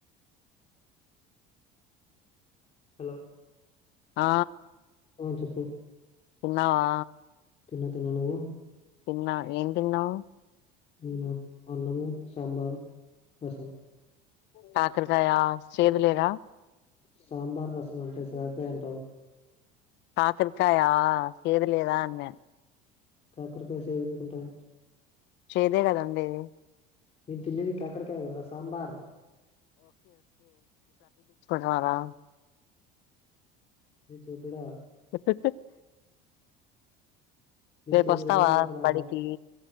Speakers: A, on the left; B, on the left.
A: హలో
B: ఆ
A: ఆ చెప్పు
B: తిన్నావా
A: తిన్న తిన్న నువ్వు
B: తిన్నా ఏ తిన్నావు
A: హ్మ్మ్ అన్నము సాంబార్ రసం
B: కాకరాకాయ సేదులేద
A: సాంబార్ రసం అంటే సొరకాయ అంటావు
B: కాకరకాయ సేదులేదా అన్నన్
A: కాకరకాయ సేదెందుకు ఉంటది
B: చేదే కదండి అది
A: నేన్ తిన్నది కాకరకాయ కాదురా సాంబార్
B: రావా
A: ఏ చోటోడ
B: ప
A: నీకు
B: రేపోస్తావా
A: చెవులు పోయినయా లేకపోతే నాకు
B: బడికి
A: మాట్